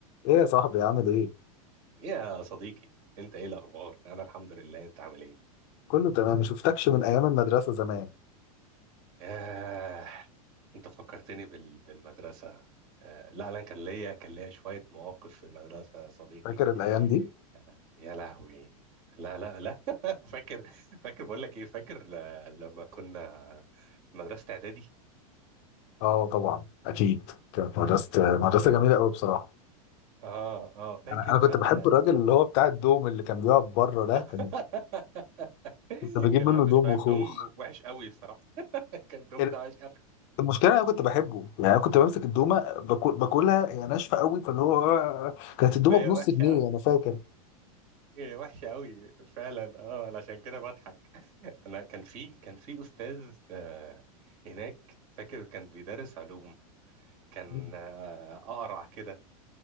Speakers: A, on the left (about 50°); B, on the right (about 60°).
A: ايه يا صاحبي عامل ايه؟
B: يا صديقي انت ايه الاخبار انا الحمد لله انت عامل ايه
A: كله تمام ما شفتكش من ايام المدرسة زمان
B: آه، انت فكرتني بال... بالمدرسه آه، لا لا كان ليا كان ليا شويه مواقف في المدرسه يا صديقي
A: فاكر الايام دي؟
B: يا, له- يا لهوي لا لا لا <laughs> فاكر فاكر بقول لك ايه فاكر ل... لما كنا في مدرسه اعدادي
A: اه طبعا اكيد كانت مدرسة مدرسة جميلة قوي بصراحة
B: اه اه فاكر
A: انا انا كنت
B: بقى
A: بحب الراجل اللي هو بتاع الدوم اللي كان بيقعد بره ده
B: <laughs>
A: كان كنت بجيب
B: كان
A: منه
B: عنده
A: دوم
B: شويه
A: وخوخ
B: دم وحش قوي الصراحه <laughs> كان الدم
A: ال-
B: بتاعه وحش قوي
A: المشكلة انا كنت بحبه يعني انا كنت بمسك الدومة باكل باكلها هي ناشفة قوي فاللي هو كانت الدومة
B: ما هي
A: بنص
B: وحشه
A: جنيه
B: قوي
A: انا فاكر
B: هي وحشه قوي فعلا اه أنا عشان كده بضحك انا كان في كان في استاذ آه، هناك فاكر كان بيدرس علوم كان
A: مم.
B: آه، اقرع كده